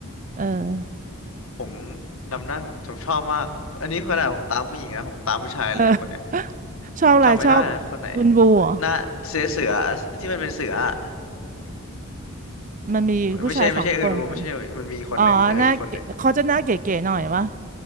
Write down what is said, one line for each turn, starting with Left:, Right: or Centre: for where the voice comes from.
Right: เออ
Left: ผมจำได้ผมผมชอบมากอันนี้ขนาดผมตามผู้หญิงนะผมตามผู้ชายเลยอะคนเนี้ย
Right: เออชอบอะไรชอบ
Left: จำไม่ได้แล้วคนไหน
Right: อุนบูเหรอ่ะ
Left: หน้าเสือเสือที่มันเป็นเสืออะ
Right: มันมีผู้ชายสองคนอะ
Left: ไม่ใช่ไม่ใช่อื่นวูไม่ใช่มันมีคนหนึ่งเอออีกคนหนึ่ง
Right: อ๋อหน้าเก๋เขาจะหน้าเก๋ๆหน่อยวะ